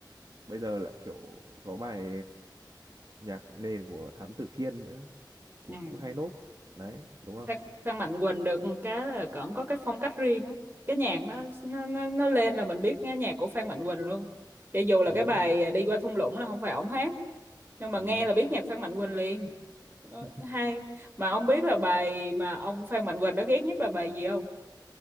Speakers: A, on the right; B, on the right.
A: Bây giờ lại kiểu có bài nhạc nền của Thám Tử Kiên nữa, kiểu
B: ừ.
A: cũng hay nốt. Đấy, đúng không?
B: Phan Phan Mạnh Quỳnh được cái là cổng có cái phong cách riêng á cái nhạc nó nó nó nó lên là mình biết nghe nhạc của Phan Mạnh Quỳnh luôn cho dù là
A: Ừ.
B: cái bài à, đi qua thung lũng là không phải ổng hát nhưng mà
A: ừ.
B: nghe là biết nhạc Phan Mạnh Quỳnh liền Ờ,
A: <laughs>
B: hay mà ông biết là bài mà ông Phan Mạnh Quỳnh đó ghét nhất là bài gì không